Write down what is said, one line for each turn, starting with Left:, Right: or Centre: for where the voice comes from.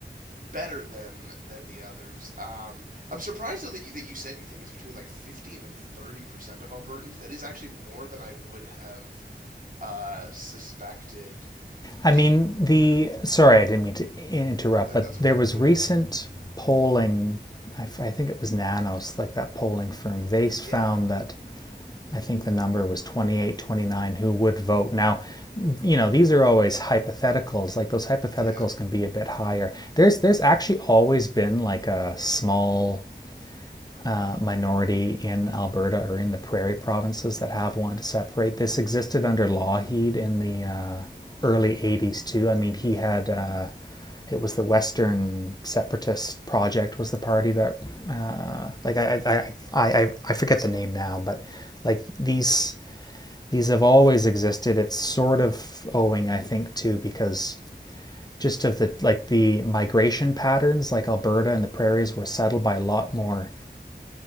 Right: better than than the others. Um, I'm surprised though that you, that you said you think it's between like 15 and 30 percent of Albertans. That is actually more than I would have uh, suspected.
Left: I
Right: D-
Left: mean the sorry I didn't mean to interrupt
Right: that,
Left: but
Right: that's okay.
Left: there was
Right: Please
Left: recent
Right: go ahead.
Left: polling I I think it was Nanos like that polling firm they found
Right: Yeah.
Left: that I think the number was 28, 29 who would vote. Now, you know, these are always hypotheticals. Like those hypotheticals
Right: Yeah.
Left: can be a bit higher. There's there's actually always been like a small uh, minority in Alberta or in the prairie provinces that have wanted to separate. This existed under Lougheed in the uh, early 80s too. I mean, he
Right: Mm-hmm.
Left: had uh, it was the Western Separatist Project was the party that uh, like I I, I I I forget the name now, but like these these have always existed. It's sort of owing, I think, too, because just of the like the migration patterns, like Alberta and the prairies were settled by a lot more